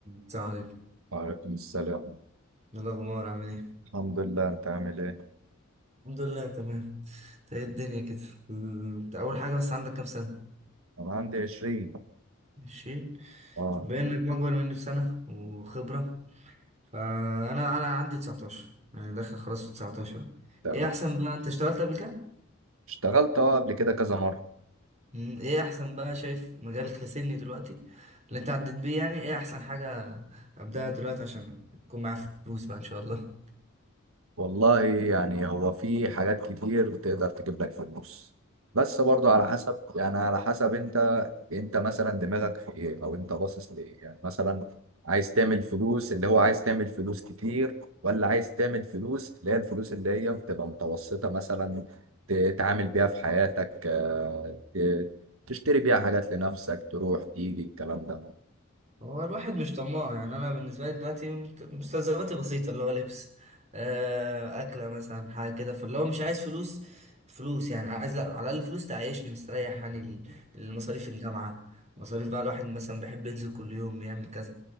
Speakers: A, on the right; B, on the right.
A: السلام عليكم
B: وعليكم السلام
A: إيه الأخبار عامل إيه؟
B: الحمد لله انت عامل ايه
A: الحمد لله تمام إنت إيه الدنيا كده ال- إنت أول حاجة بس عندك كام سنة؟
B: انا عندي 20
A: عشرين
B: اه
A: طب بما إنك أكبر مني بسنة وخبرة فأنا أنا عندي تسعتاشر يعني داخل خلاص في تسعتاشر
B: تمام
A: إيه أحسن بقى أنت اشتغلت قبل كده؟
B: اشتغلت اه قبل كده كذا مرة
A: مم، إيه أحسن بقى شايف مجالك كسني دلوقتي اللي أنت عديت بيه يعني إيه أحسن حاجة أبدأها دلوقتي عشان يكون معايا فلوس بقى إن شاء الله؟
B: والله يعني هو في حاجات كتير تقدر تجيب لك فلوس بس برضه على حسب يعني على حسب انت انت مثلا دماغك في ايه او انت باصص لايه يعني مثلا عايز تعمل فلوس اللي هو عايز تعمل فلوس كتير ولا عايز تعمل فلوس اللي هي الفلوس اللي هي بتبقى متوسطة مثلا تتعامل بيها في حياتك آه، ت- تشتري بيها حاجات لنفسك تروح تيجي الكلام ده
A: هو الواحد مش طماع يعني انا بالنسبه لي دلوقتي مت- مستلزماتي بسيطه اللي هو لبس آه، اكله مثلا حاجه كده فاللي هو مش عايز فلوس فلوس يعني عايز لا على الاقل فلوس تعيشني مستريح يعني ال- المصاريف الجامعه مصاريف بقى الواحد مثلا بيحب ينزل كل يوم بيعمل كذا